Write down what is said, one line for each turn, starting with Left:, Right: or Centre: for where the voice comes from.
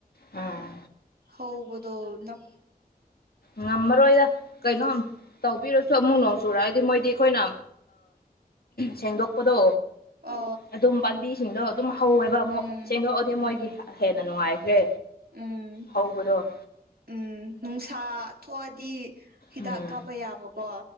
Left: ꯎꯝ
Right: ꯍꯗꯣ ꯅ
Left: ꯉꯃꯔ ꯑꯣꯏꯣꯏꯗ ꯀꯩꯅꯩꯅꯣ ꯇꯧꯕꯤꯔꯁꯨ ꯑꯃꯨꯛ ꯅꯣꯡ ꯆꯨꯔ ꯍꯥꯏꯗꯤ ꯃꯣꯏꯗꯤ ꯑꯩꯈꯣꯏꯅ ꯁꯦꯡꯗꯣꯛꯄꯗꯣ
Right: ꯑ
Left: ꯑꯗꯨꯝ ꯄꯥꯝꯕꯤꯁꯤꯡꯗꯣ ꯑꯗꯨꯝ ꯍꯧꯋꯦꯕ ꯑꯃꯨꯛ
Right: ꯎꯝ
Left: ꯁꯦꯡꯗꯣꯛꯑꯗꯤ
Right: ꯎꯝ
Left: ꯃꯣꯏꯒꯤ ꯍꯦꯟꯅ ꯅꯨꯡꯉꯥꯏꯈ꯭ꯔꯦ
Right: ꯎꯝ
Left: ꯍꯧꯕꯗꯣ
Right: ꯎꯝ ꯅꯨꯡꯁꯥ ꯊꯣꯛꯑꯗꯤ ꯍꯤꯗꯥꯛ
Left: ꯎꯝ
Right: ꯀꯥꯞꯄ ꯌꯥꯕꯀꯣ